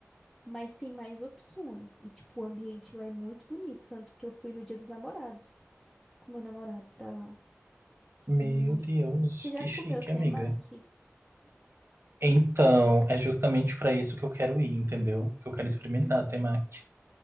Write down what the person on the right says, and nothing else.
Meu
Deus,
que
chique,
amiga. Então, é justamente para isso que eu quero ir, entendeu? Que eu quero experimentar
a
temaki.